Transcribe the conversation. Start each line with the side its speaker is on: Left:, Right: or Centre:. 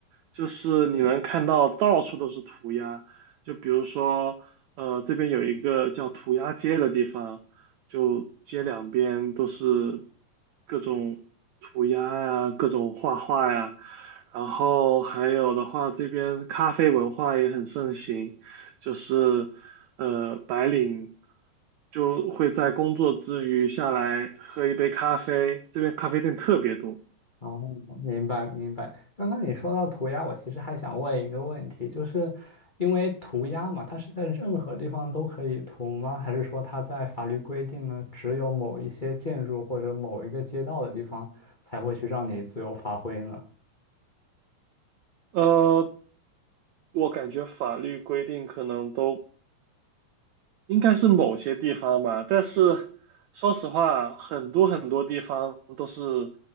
Right: 就是你能看到到处都是涂鸦，就比如说，呃，这边有一个叫涂鸦街的地方，就街两边都是各种涂鸦呀，各种画画呀，然后还有的话，这边咖啡文化也很盛行，就是呃，白领就会在工作之余下来喝一杯咖啡，这边咖啡店特别多。
Left: 哦，明白明白。刚刚你说到涂鸦，我其实还想问一个问题，就是因为涂鸦嘛，它是在任何地方都可以涂吗？还是说它在法律规定呢，只有某一些建筑或者某一个街道的地方才会去让你自由发挥呢？
Right: 呃，我感觉法律规定可能都应该是某些地方吧，但是说实话，很多很多地方都是